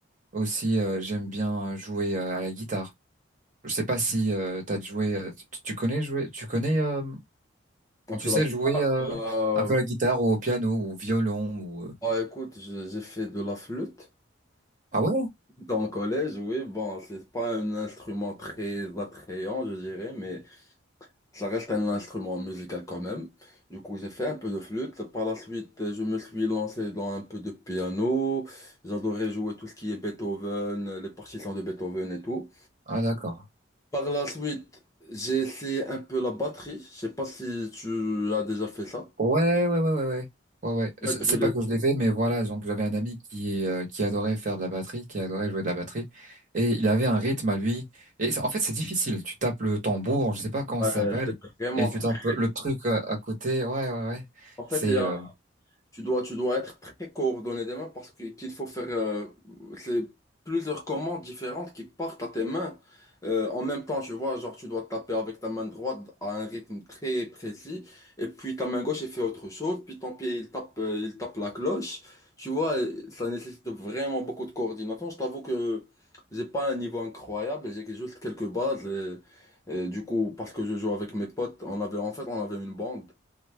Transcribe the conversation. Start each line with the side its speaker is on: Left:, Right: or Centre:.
Right: aussi, euh, j'aime bien jouer euh, à la guitare. Je sais pas si euh, t'as joué, euh, tu, tu connais jouer, tu connais, euh,
Left: un peu
Right: tu sais
Left: la guitare.
Right: jouer euh,
Left: euh,
Right: un peu à la guitare ou au piano ou au violon ou. euh,
Left: bah, écoute, j'ai j'ai fait de la flûte
Right: Ah ouais?
Left: dans le collège, oui, bon, c'est pas un instrument très attrayant, je dirais, mais. Ça reste un instrument musical quand même. Du coup, j'ai fait un peu de flûte. Par la suite, euh, je me suis lancé dans un peu de piano. J'adorais jouer tout ce qui est Beethoven, euh, les partitions de Beethoven et tout.
Right: Ah d'accord.
Left: Par la suite, j'ai essayé un peu la batterie. Je sais pas si tu as déjà fait ça.
Right: Ouais, ouais, ouais, ouais, ouais. Ouais, ouais.
Left: En
Right: C'est
Left: fait, je
Right: c'est
Left: l'ai-
Right: pas que je l'ai fait, mais voilà, donc j'avais un ami qui, euh, qui adorait faire de la batterie, qui adorait jouer de la batterie, et il avait un rythme à lui. Et c'est- en fait, c'est difficile. Tu tapes le tambour, je sais pas comment
Left: ouais,
Right: ça s'appelle,
Left: c'est vraiment
Right: et tu
Left: très...
Right: tapes le truc à, à côté. Ouais, ouais, ouais.
Left: En fait,
Right: C'est
Left: il y a
Right: euh,
Left: Tu dois, tu dois être très coordonné des mains parce que- qu'il faut faire euh, c'est plusieurs commandes différentes qui partent à tes mains euh, en même temps, tu vois, genre tu dois taper avec ta main droite à un rythme très précis et puis ta main gauche elle fait autre chose, puis ton pied il tape, euh, il tape la cloche. Tu vois, euh, ça nécessite vraiment beaucoup de coordination. Je t'avoue que j'ai pas un niveau incroyable, j'ai que- juste quelques bases et, et du coup parce que je joue avec mes potes, on avait en fait on avait une bande.